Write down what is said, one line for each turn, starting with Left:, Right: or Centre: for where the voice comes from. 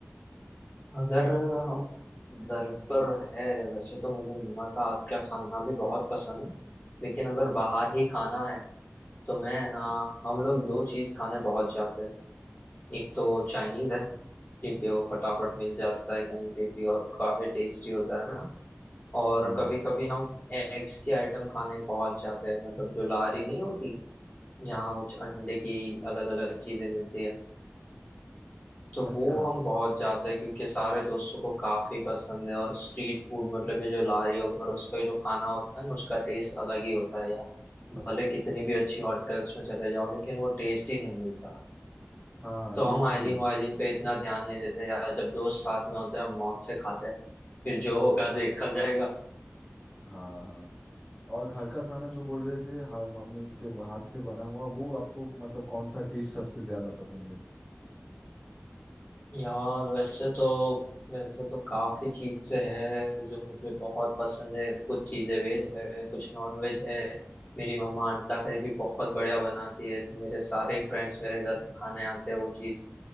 Left: अगर हम घर पर है वैसे तो मुझे मम्मा का हाथ का खाना भी बहुत पसंद है लेकिन अगर बाहर ही खाना है तो मैं ना हम लोग दो चीज खाने पहुंच जाते हैं एक तो चाइनीज है क्योंकि वो फटाफट मिल जाता है कहीं पे भी और काफी टेस्टी होता है ना और
Centre: हाँ
Left: कभी
Centre: हाँ
Left: कभी हम एग्स की आइटम खाने पहुंच जाते हैं मतलब जो लारी नहीं होती जहाँ कुछ अंडे की अलग अलग चीजें मिलती है तो
Centre: अच्छा
Left: वो हम बहुत जाते हैं क्योंकि सारे दोस्तों को काफी पसंद है और स्ट्रीट फूड मतलब ये जो लारी पर उस पे जो खाना होता है ना उसका टेस्ट अलग ही होता है यार भले कितनी भी अच्छी होटल्स में चले जाओ लेकिन वो टेस्ट ही नहीं मिलता
Centre: हाँ हाँ
Left: तो
Centre: ये
Left: हम
Centre: सही
Left: हाइजीन
Centre: है
Left: वाइजीन पे इतना ध्यान नहीं देते यार जब दोस्त साथ में होते हैं हम मौत से खाते हैं फिर जो होगा देखा जाएगा
Centre: हाँ हाँ। और घर का खाना जो बोल रहे थे हा, मम्मी के हाथ से बना हुआ वो आपको मतलब कौन सा डिश सबसे ज्यादा पसंद है
Left: यार वैसे तो वैसे तो काफी चीजें हैं जो मुझे बहुत पसंद है कुछ चीजें वेज है कुछ नॉन वेज है मेरी मम्मा अंडा करी भी बहुत बढ़िया बनाती है मेरे सारे फ्रेंड्स मेरे घर खाने आते हैं वो चीज